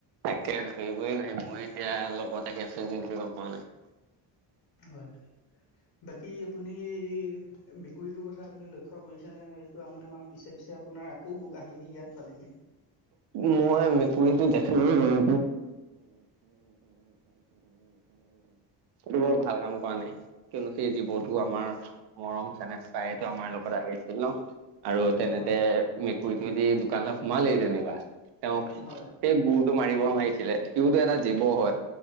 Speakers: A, on the right (about 65°); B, on the left (about 60°).
A: তাকে ধৰিবই নোৱাৰি মই এতিয়া লগত আহি আছো যদি ধৰিব পৰা নাই।
B: হয়, বাকী আপুনি মেকুৰীটোৰ কথা আপুনি লক্ষ্য কৰিছেনে এইটো মানে আমাৰ পিছে পিছে আপোনাৰ আকৌ আহি আহি ইয়াত পালেহি।
A: মই মেকুৰীটো দেখি। <unintelligible> <unintelligible> ভাল কাম কৰা নাই কিয়নো সেই জীৱটো আমাৰ মৰম চেনেহ চায়েটো আমাৰ লগত আহি আছিল ন। আৰু তেনেতে
B: হয়,
A: মেকুৰীটো যি দোকানত সোমালেই যেনিবা তেওঁক তেওঁ
B: হয়,
A: গোৰটো মাৰিব নালাগিছিলে। সিওতো এটা জীৱ হয়।